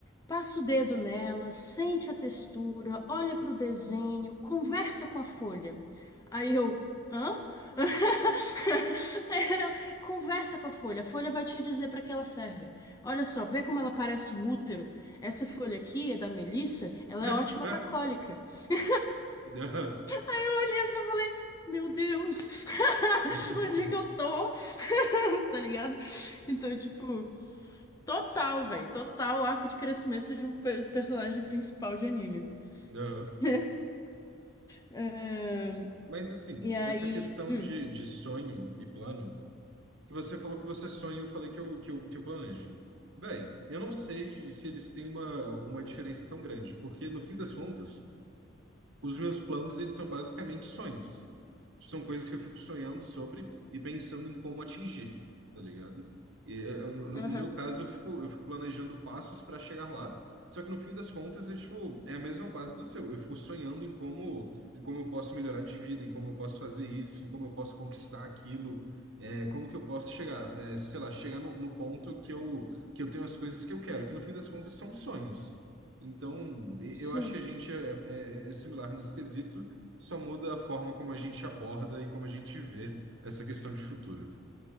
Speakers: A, on the left; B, on the right.
A: Passa o dedo nela, sente a textura, olha para o desenho, conversa com a folha. Aí eu, hã? <laughs> Aí ela, Conversa com a folha, a folha vai te dizer para que ela serve. Olha só, vê como ela parece um útero. Essa folha aqui é da Melissa, ela
B: <laughs>
A: é ótima pra cólica. <laughs>
B: Aham.
A: Aí eu olhei assim e falei, meu Deus, <laughs>
B: Aham,
A: onde é que eu tô? <laughs> Tá ligado? Então, tipo, total, velho, total arco de crescimento de um pe- personagem principal de anime.
B: aham.
A: <laughs> Ahn,
B: Mas assim,
A: e aí,
B: essa questão
A: hum,
B: de, de sonho e plano. E você falou que você sonha, eu falei que eu, que eu, que eu planejo. Bem, eu não sei se eles têm uma, uma diferença tão grande, porque no fim das contas. Os meus planos, eles são basicamente sonhos. São coisas que eu fico sonhando sobre e pensando em como atingir, tá ligado? E eh, eu- no,
A: aham,
B: no meu caso, eu fico, eu fico planejando passos para chegar lá. Só que no fim das contas, é, tipo, é a mesma base do seu. Eu fico sonhando em como, em como eu posso melhorar de vida, em como eu posso fazer isso, em como eu posso conquistar aquilo, eh, como que eu posso chegar, eh, sei lá, chegar no, no ponto que eu, que eu tenho as coisas que eu quero, que no fim das contas são sonhos. Então, e-
A: sim.
B: eu acho que a gente é, é- é similar nesse quesito, só muda a forma como a gente aborda e como a gente vê essa questão de futuro.